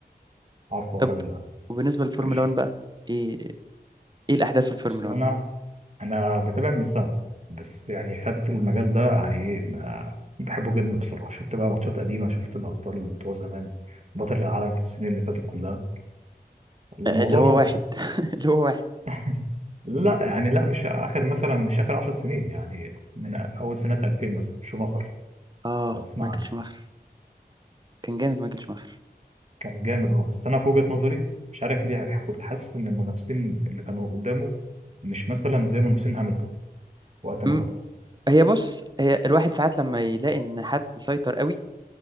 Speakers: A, on the right; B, on the right.
A: عارفه هو
B: طب
A: الراجل ده
B: وبالنسبة للفورمولا
A: ماشي
B: 1 بقى إيه إيه الأحداث في الفورمولا
A: بس انا
B: 1
A: انا بتابع من سنه بس يعني خدت المجال ده يعني ايه ما- بحبه جدا بصراحه شفت بقى ماتشات قديمه شفت الابطال اللي بتوع زمان بطل العالم في السنين اللي فاتت كلها الموضوع
B: آه، اللي هو
A: ممتع
B: واحد <laughs> اللي هو واحد
A: <laughs> لا يعني لا مش اخر مثلا مش اخر 10 سنين يعني من اول سنه 2000 مثلا شوماخر
B: آه
A: لو تسمع
B: مايكل
A: عنه
B: شوماخر كان جامد مايكل شوماخر
A: كان جامد اه بس انا في وجهه نظري مش عارف ليه كنت حاسس ان المنافسين اللي كانوا قدامه مش مثلا زي منافسين هاملتون وقت ما
B: م-
A: خدها
B: هي بص هي الواحد ساعات لما يلاقي إن حد سيطر قوي